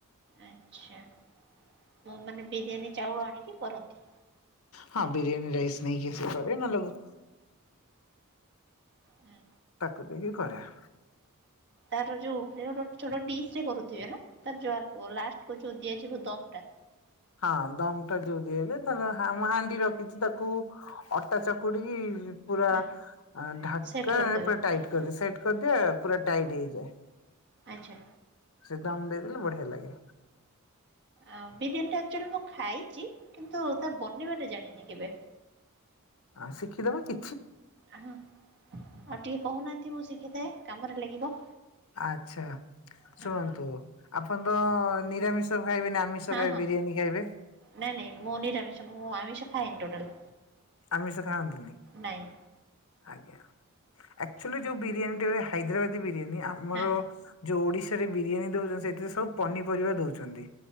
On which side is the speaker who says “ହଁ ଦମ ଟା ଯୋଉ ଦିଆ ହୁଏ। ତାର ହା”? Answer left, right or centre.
Left